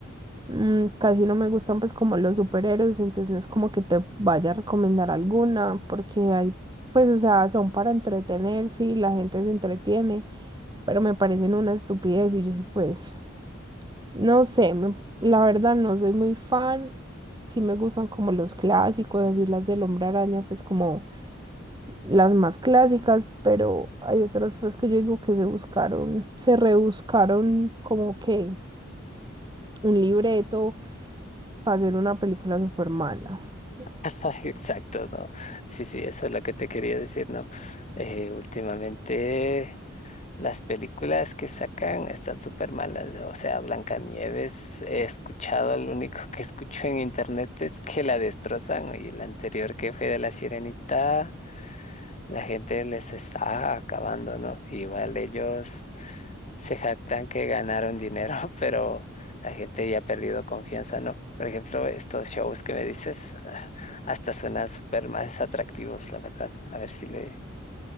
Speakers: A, on the right; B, on the left.
A: Mm, casi no me gustan pues como los superhéroes, entonces no es como que te vaya a recomendar alguna, porque hay, pues, o sea, son para entretener, sí, la gente se entretiene, pero me parecen una estupidez y yo sí, pues, no sé, me- la verdad no soy muy fan, sí me gustan como los clásicos, así las del Hombre Araña, pues como las más clásicas, pero hay otras pues que yo digo que se buscaron, se rebuscaron como que un libreto para hacer una película súper mala. <laughs>
B: <laughs> Exacto, no. Sí, sí, eso es lo que te quería decir, ¿no? Eh, últimamente las películas que sacan están súper malas, ¿no? o sea, Blancanieves, he escuchado, lo único que escucho en internet es que la destrozan ¿no? y la anterior que fue de La Sirenita, la gente les está acabando, ¿no? Igual ellos se jactan que ganaron dinero, <laughs> pero la gente ya ha perdido confianza, ¿no? Por ejemplo, estos shows que me dices, ah, hasta suenan súper más atractivos, la verdad. A ver si le,